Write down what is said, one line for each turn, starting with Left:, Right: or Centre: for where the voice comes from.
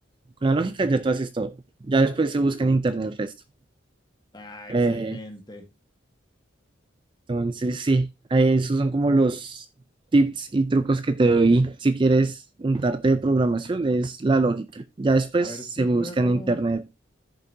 Right: Con la lógica ya tú haces todo. Ya después se busca en internet el resto.
Left: Ah, excelente.
Right: Eh, entonces, sí, eh, esos son como los tips y trucos que te doy si quieres untarte de programación, es la lógica. Ya después
Left: A ver
Right: se
Left: si
Right: busca
Left: luego,
Right: en internet.